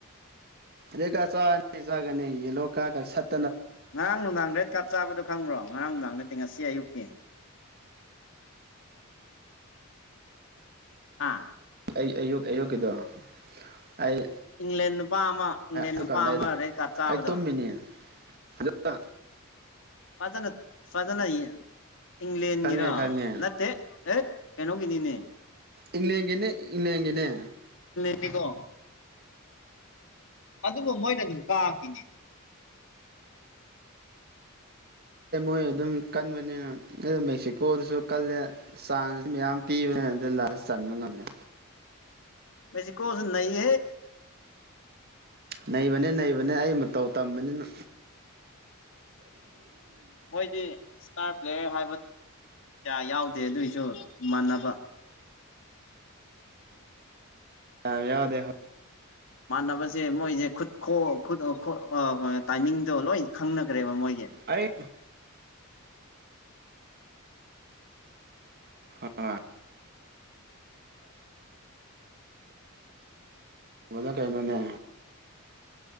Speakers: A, on the right (about 50°); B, on the left (about 65°).
A: ꯔꯦꯀꯥ ꯆꯥꯅꯤ ꯆꯒꯅꯦ ꯌꯦ ꯂꯣꯀ ꯀ ꯁꯠ
B: ꯉꯔꯥꯡ ꯅꯨꯡꯗꯥꯡ ꯔꯦꯠ ꯀꯥꯠ ꯆꯥꯕꯗꯣ ꯈꯪ꯭ꯔꯣ ꯉꯔꯥꯡꯅꯨꯡꯗꯥꯡꯗ ꯇꯤꯡꯉ ꯁꯤ ꯌꯨꯀꯤꯦ ꯑꯥ
A: ꯑꯩ ꯑꯌꯨꯛ ꯑꯌꯨꯛꯀꯤꯗ ꯑꯩ
B: ꯏꯪꯂꯦꯟ ꯅꯨꯄꯥ ꯑꯃ ꯏꯪꯂꯦꯟ
A: ꯍꯥꯏ
B: ꯅꯨꯄꯥ
A: ꯀꯥꯟꯗ ꯑꯩꯅ
B: ꯑꯃ ꯔꯦꯠ ꯀꯥꯔꯠ ꯆꯥꯕꯗꯣ
A: ꯑꯩ ꯇꯨꯝꯃꯤꯅꯤ ꯑꯗ
B: ꯐꯖꯅ ꯐꯖꯅ ꯏꯪꯂꯦꯟꯒꯤꯔꯥ
A: ꯈꯪꯉꯦ ꯈꯪꯉꯦ
B: ꯅꯠꯇꯦ ꯑꯦꯠ ꯀꯩꯅꯣꯒꯤꯅꯤꯅꯦ
A: ꯏꯟꯅꯒꯦꯅꯦ ꯏꯟꯅꯒꯦꯅꯦ
B: ꯅꯤꯄꯣ ꯑꯗꯨꯕꯨ ꯃꯣꯏꯅ ꯑꯗꯨꯝ ꯀꯥꯈꯤꯅꯤ
A: ꯑ ꯃꯣꯏ ꯑꯗꯨꯝ ꯀꯟꯕꯅꯤꯅ ꯑ ꯃꯦꯛꯁꯤꯀꯣꯗꯁꯨ ꯀꯜꯂꯦ ꯆꯥꯟꯁꯁꯨ ꯃꯌꯥꯝ ꯄꯤꯕꯅꯤꯅ ꯂ ꯁꯟꯃ ꯉꯃꯤꯔ
B: ꯦꯁꯤ ꯀꯣꯁꯨ ꯅꯍꯦ
A: ꯅꯩꯕꯅꯦ ꯅꯩꯕꯅꯦ ꯑꯩ ꯃꯇꯧ ꯇꯝꯕꯅꯤꯅ
B: ꯃꯣꯏꯗꯤ ꯏꯁꯇꯥꯔ ꯄ꯭ꯂꯦꯌꯔ ꯍꯥꯏꯕ ꯀꯌꯥ ꯌꯥꯎꯗꯦ ꯑꯗꯨꯏꯁꯨ ꯃꯥꯟꯅꯕ
A: ꯇ ꯌꯥꯎꯗꯦ ꯍꯣꯏ
B: ꯃꯥꯟꯅꯕꯁꯦ ꯃꯣꯏꯁꯦ ꯈꯨꯠ ꯈꯨꯠ ꯇꯥꯏꯃꯤꯡꯗꯣ ꯂꯣꯏ ꯈꯪꯅꯈ꯭ꯔꯦꯕ ꯃꯣꯏꯒꯤ
A: ꯑꯩ ꯍꯣꯏ ꯅ ꯀꯩꯅꯣꯅꯦ